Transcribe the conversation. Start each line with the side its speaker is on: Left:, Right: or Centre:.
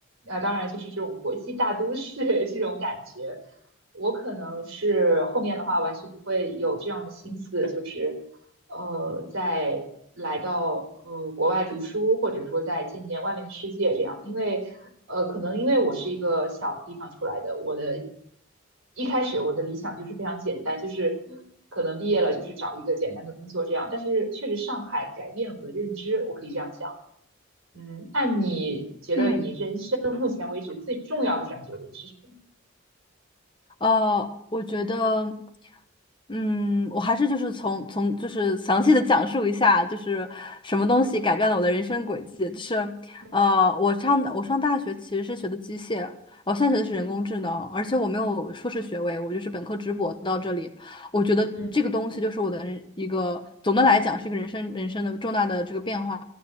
Right: 啊、当然就是这种国际大都市 <laughs> 这种感觉，我可能是后面的话完全不会有这样的心思，就是呃再来到呃国外读书，或者说再见见外面的世界这样，因为呃可能因为我是一个小地方出来的，我的。一开始我的理想就是非常简单，就是可能毕业了就是找一个简单的工作这样。但是确实上海改变了我的认知，我可以这样想。嗯，那你觉得你人生目前为止最重要的转折点是什么呢？
Left: 嗯，呃，我觉得，嗯，我还是就是从从就是详细的讲述一下，就是什么东西改变了我的人生轨迹。
Right: 嗯
Left: 就是，
Right: 嗯
Left: 呃，我上我上大学其实是学的机械，我现在学的是人工智能，
Right: 嗯
Left: 而且我没有硕士学位，我就是本科直博到这里。我觉得这个东西就是我的人一个总的来讲是一个人生人生的重大的这个变化，
Right: 嗯